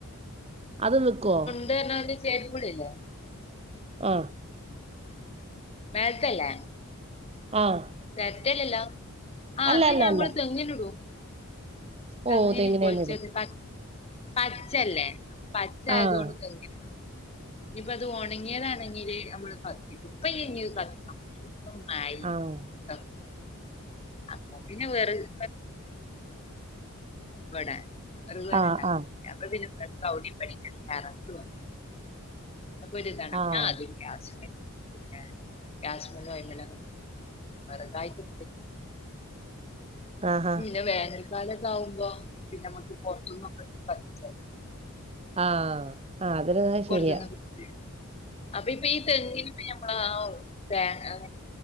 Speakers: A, on the right (about 25°); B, on the left (about 25°).
A: അതും വിക്കോ
B: <unintelligible> ചേരിപ്പളില്ലേ
A: ഓ
B: മേലത്തല്ലേ
A: ആഹ്
B: ചിരട്ടല്ലല്ലേ ആഹ്
A: അല്ല
B: അത്
A: അല്ല
B: ഞമ്മള്
A: അല്ല
B: തെങ്ങിനിടും തെങ്ങിന്
A: ഓ
B: <inaudible>
A: തന്നെ ഇടും
B: പച്ചല്ലേ പച്ച ആയത്
A: ആഹ്
B: കൊണ്ട് തെങ്ങിനിട്ടും ഇനിയിപ്പ അത് ഉണങ്ങിയതാണെങ്കില് നമ്മള് കത്തിക്കും ഇപ്പ ഇനി കത്തിക്ക ഇപ്പം മാരി
A: ആഹ്
B: <unintelligible> അപ്പൊ പിന്നെ വെറക് ഇവിടെ വിറക് പെരണ്ടാക്കും
A: ആഹ് ആഹ്
B: അപ്പൊ പിന്നെ അവിടെ മ്പിടിം <inaudible> പട കറത്ത് വട അപ്പൊ ഒരുതണം
A: ആഹ്
B: ആ അത് ഗ്യാസ്മ്മെ പിന്നെ <unintelligible> വെറകായിട്ട്
A: ആഹ് ആഹാ
B: പിന്നെ വേനൽക്കാല ഒക്കെ ആകുമ്പോ പിന്നെ നമ്മുക്ക് പുറത്തുന്നൊക്കെ എടുത്ത് കത്തിച്ചാ മതി
A: ആഹ് ആഹ് അതൊരുതാ
B: പുറത്തുനിന്നൊക്കെ
A: ശരിയാ
B: എടുത്ത് അപ്പൊ ഇപ്പി ഈ തെങ്ങില ഞമ്മൾ ആ തേങ്ങ